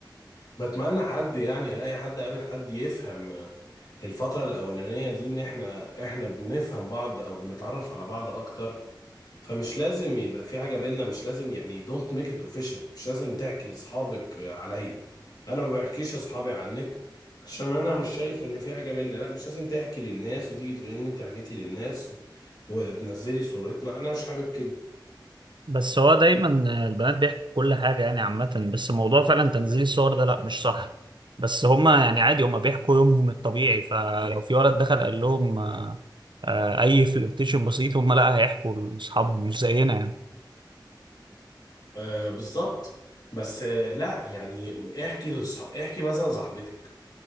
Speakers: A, on the left (about 55°); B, on the right (about 75°).
A: بتمنى حد يعني الاقي حد قابل حد يفهم آه، الفترة الأولانية دي إن إحنا إحنا بنفهم بعض أو بنتعرف على بعض أكتر فمش لازم يبقى في حاجة بينا مش لازم يعني دونت ميك ات اوفيشال مش لازم تحكي لاصحابك عليا انا ما بحكيش لاصحابي عنك عشان انا مش شايف ان في حاجة بينا لا مش لازم تحكي للناس وتيجي تقولي ان انت حكيتي للناس و- وتنزلي صورتنا انا مش حابب كده
B: بس هو دايما البنات بيحكوا كل حاجة يعني عامة بس موضوع فعلا تنزيل الصور ده لا مش صح بس هما يعني عادي هما بيحكوا يومهم الطبيعي فلو في ولد دخل قال لهم آه، آه، أي فلirtation بسيط هما لا هيحكوا لأصحابهم مش زينا يعني
A: آه بالظبط بس آه لا يعني احكي لصح... احكي مثلا صاحبتك